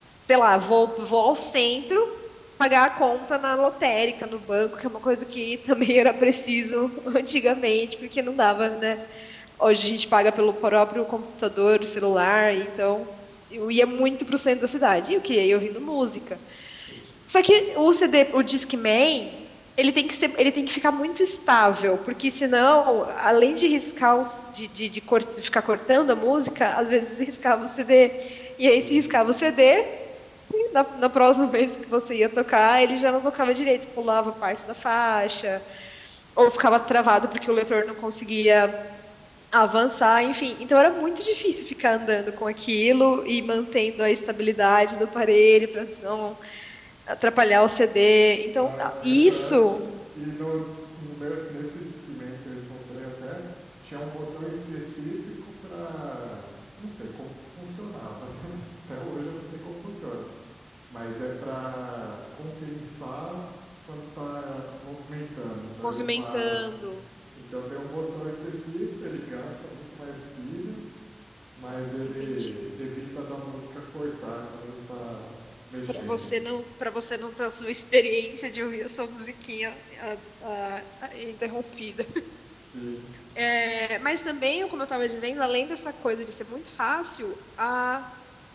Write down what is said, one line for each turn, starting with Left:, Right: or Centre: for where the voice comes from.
Left: sei lá, vou, vou ao centro pagar a conta na lotérica, no banco, que é uma coisa que também <laughs> era preciso antigamente, porque não dava, né? Hoje a gente paga pelo próprio computador, celular, então eu ia muito pro centro da cidade. E o que? Eu ia ouvindo música.
Right: tem-
Left: Só que o CD, o Discman, ele tem que ser, ele tem que ficar muito estável, porque senão, além de riscar, os- de, de, de cort- ficar cortando a música, às vezes riscava o CD.
Right: sim.
Left: E aí, se riscava o CD, na, na próxima <laughs> vez que você ia tocar, ele já não tocava direito, pulava parte da faixa, ou ficava travado porque o leitor não conseguia avançar, enfim. Então era muito difícil ficar andando com aquilo e mantendo a estabilidade do aparelho para não atrapalhar o CD. Então,
Right: Na
Left: a-
Right: verdade,
Left: isso
Right: e no, dis- no meu, nesse Discman que eu encontrei até, tinha um botão específico para. Eu não sei como que funcionava. <laughs> Até hoje eu não sei como funciona. Mas é para compensar quando tá movimentando. Então
Left: movimentando,
Right: ele para. Então tem um botão específico, ele gasta muito mais pilha, mas ele
Left: entendi.
Right: evita da música cortar quando tá mexendo.
Left: Para você não, para você não ter a sua experiência de ouvir a sua musiquinha ah, ah, ah, interrompida.
Right: Sim,
Left: É, mas também, como eu estava dizendo, além dessa coisa de ser muito fácil, a, a